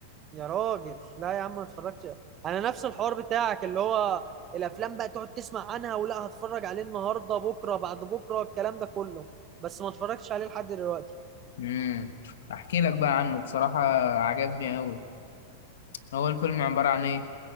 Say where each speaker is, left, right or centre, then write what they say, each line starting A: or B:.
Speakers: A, on the right; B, on the left.
A: يا راجل لا يا عم ما اتفرجتش انا نفس الحوار بتاعك اللي هو الافلام بقى تقعد تسمع عنها ولا هتفرج عليه النهارده بكره بعد بكره الكلام ده كله بس ما اتفرجتش عليه لحد دلوقتي
B: مم. أحكي لك بقى عنه بصراحة عجبني أوي هو الفيلم عبارة عن إيه؟